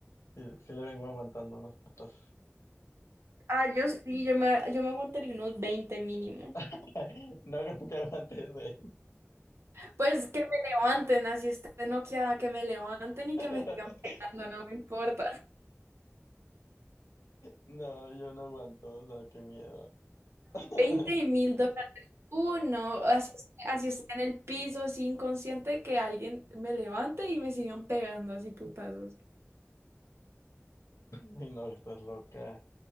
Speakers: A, on the left (about 80°); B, on the right (about 60°).
A: Si, le vengo aguantando unas putas.
B: Ah, yo sí, yo me, yo me aguantaría unos 20 mínimo.
A: <laughs> No creo que aguantes de
B: Pues que me levanten, así esté noqueada, que me levanten y
A: <laughs>
B: que me sigan pegando, no me importa.
A: No, yo no aguanto, o sea, qué miedo. <laughs>
B: veinte mil dólares. Uno, así, esté- así esté en el piso, así inconsciente, que alguien me levante y me sigan pegando así putazos.
A: Y no, estás loca.